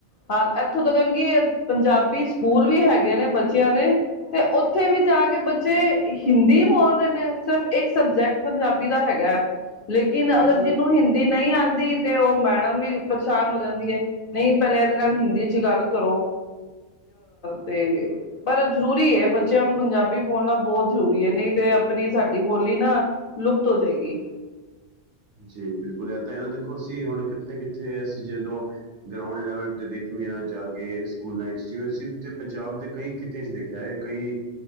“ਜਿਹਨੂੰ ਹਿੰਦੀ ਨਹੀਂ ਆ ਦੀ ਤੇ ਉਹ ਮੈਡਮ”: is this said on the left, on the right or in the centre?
Left